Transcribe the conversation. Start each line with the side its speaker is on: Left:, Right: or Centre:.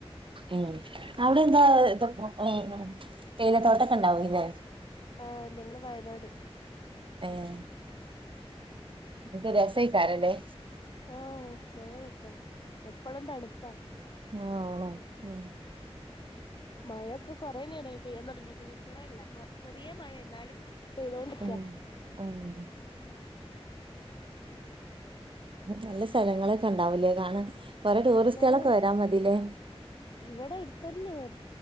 Right: ഉം അവിടെ എന്താ ഇ ഉ തേയിലത്തോട്ടക്കെ ഉണ്ടാവും ഇല്ലേ
Left: ആഹ് നിങ്ങള് വയനാട്
Right: ആഹ എത് രസക്കാരല്ലേ
Left: ആഹ നല്ല രസ എപ്പഴും തണുപ്പാ
Right: ആ ആണോ ഉ
Left: മഴൊക്കെ കൊറേ നേരമായി പെയ്യൻ തുടങ്ങിട്ട് നിക്കണല്ല ചെറിയ മഴ എന്നാലും ഏതോണ്ടരിക്ക
Right: ഉം ഉം നല്ല സ്ഥലങ്ങളൊക്കെ ഉണ്ടാവലേ കാണാൻ കൊറെ ടൂറിസ്റ്റുകളൊക്കെ
Left: ആഹ
Right: വരാ മതില്ലേ
Left: ഇവിടെ അടുത്ത തന്നെ വ